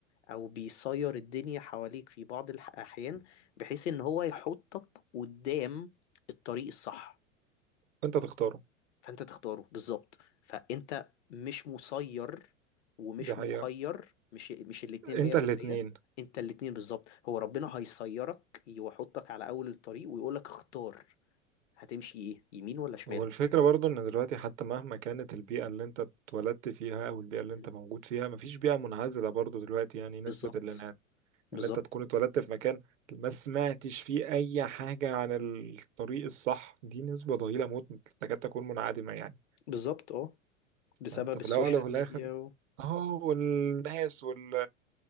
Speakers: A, on the left (about 60°); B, on the right (about 65°).
A: أو بيصير الدنيا حواليك في بعض الأحيان بحيث إن هو يحطك قدام الطريق الصح
B: انت تختاره
A: فانت تختاره بالظبط فانت مش مسير ومش
B: دي حقيقة
A: مخير مش مش الاتنين
B: انت
A: 100%
B: الاتنين
A: انت الاتنين بالظبط هو ربنا هيسيرك ويحطك على اول الطريق ويقولك اختار هتمشي ايه يمين ولا شمال
B: والفكرة برضو ان دلوقتي حتى مهما كانت البيئة اللي انت اتولدت فيها او البيئة اللي
A: م.
B: انت موجود فيها مفيش بيئة منعزلة برضو دلوقتي يعني نسبة
A: بالظبط
B: الانعزال
A: بالظبط
B: ان انت تكون اتولدت في مكان ما سمعتش فيه اي حاجة عن الطريق الصح دي نسبة ضئيلة موت تكاد تكون منعدمة يعني
A: بالظبط اه بسبب
B: فانت في
A: السوشيال
B: الاول وفي الاخر
A: ميديا و...
B: اه والناس وال...